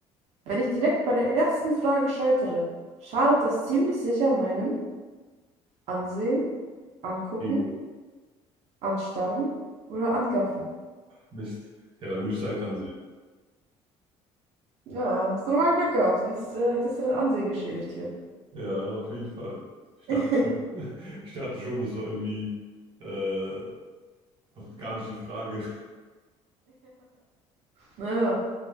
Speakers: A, on the right; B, on the right.
A: Wenn ich direkt bei der ersten Frage scheitere, schadet das ziemlich sicher meinem Ansehen, Angucken,
B: Ego.
A: Anstarren oder Angaffen.
B: Mist. Ja, dann würde ich sagen, ansehen.
A: Ja, hast du nochmal Glück gehabt, sonst äh, hättest du dein Ansehen geschädigt hier.
B: Ja, auf jeden Fall. Ich dachte
A: <laughs>
B: schon,
A: Ja,
B: <laughs> ich dachte schon, das war irgendwie äh, noch gar nicht die Frage.
A: naja.